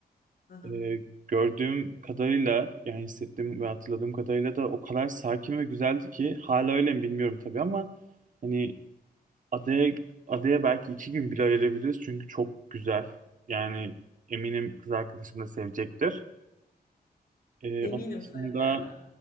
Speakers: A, on the left (about 65°); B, on the right (about 55°).
A: Hı hı.
B: ee, gördüğüm kadarıyla yani hissettiğim ve hatırladığım kadarıyla da o kadar sakin ve güzeldi ki hala öyle mi bilmiyorum tabii ama hani adaya adaya belki iki gün bile ayırabiliriz çünkü çok güzel. Yani eminim kız arkadaşım da sevecektir. Ee,
A: Eminim
B: onun dışında
A: seveceğine.